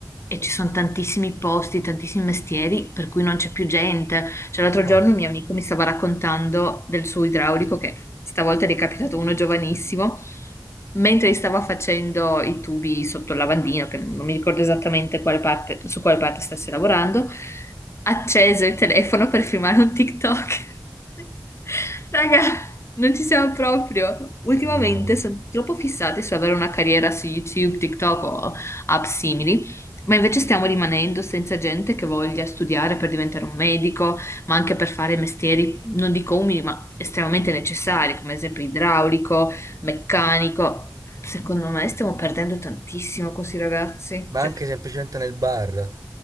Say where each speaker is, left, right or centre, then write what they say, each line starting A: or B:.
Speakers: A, on the left; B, on the right.
A: e ci sono tantissimi posti, tantissimi mestieri per cui non c'è più gente. Cioè, l'altro
B: No,
A: giorno un mio amico mi stava raccontando del suo idraulico, che stavolta gli è capitato uno giovanissimo, mentre gli stavo facendo i tubi sotto il lavandino, che non mi ricordo esattamente quale parte- su quale parte stesse lavorando, acceso il telefono per filmare un TikTok. <laughs> Raga, non ci siamo proprio. Ultimamente
B: no.
A: sono troppo fissati su avere una carriera su YouTube, TikTok o app simili, ma invece stiamo rimanendo senza gente che voglia studiare per diventare un medico, ma anche per fare mestieri, non dico umili, ma estremamente necessari, come ad esempio idraulico meccanico. Secondo me stiamo perdendo tantissimo con questi ragazzi.
B: Ma
A: Cioè,
B: anche semplicemente nel bar,